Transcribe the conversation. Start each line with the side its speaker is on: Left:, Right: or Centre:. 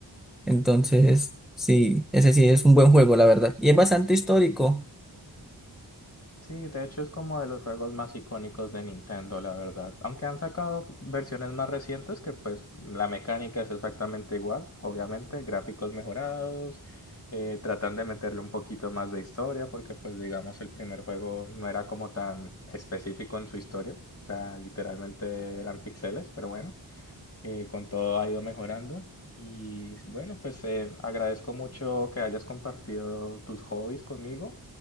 Centre: Entonces, sí, ese sí es un buen juego, la verdad. Y es bastante histórico.
Left: Sí, de hecho es como de los juegos más icónicos de Nintendo, la verdad. Aunque han sacado versiones más recientes que pues la mecánica es exactamente igual, obviamente, gráficos mejorados, eh, tratan de meterle un poquito más de historia porque pues digamos el primer juego no era como tan específico en su historia, o sea, literalmente eran píxeles, pero bueno eh, con todo ha ido mejorando. Y bueno, pues eh, agradezco mucho que hayas compartido tus hobbies conmigo